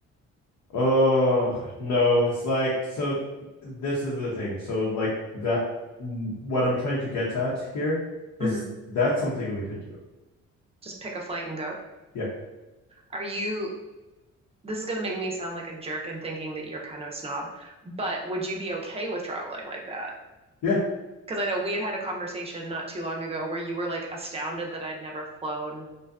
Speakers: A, on the left; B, on the right.
A: Oh no, it's like so. This is the thing. So like that. What I'm trying to get at here is
B: Mhm.
A: that's something we could do.
B: just pick a flight and go.
A: Yeah,
B: Are you, this is going to make me sound like a jerk and thinking that you're kind of a snob, but would you be okay with traveling like that?
A: yeah,
B: Because I know we had had a conversation not too long ago where you were like astounded that I'd never flown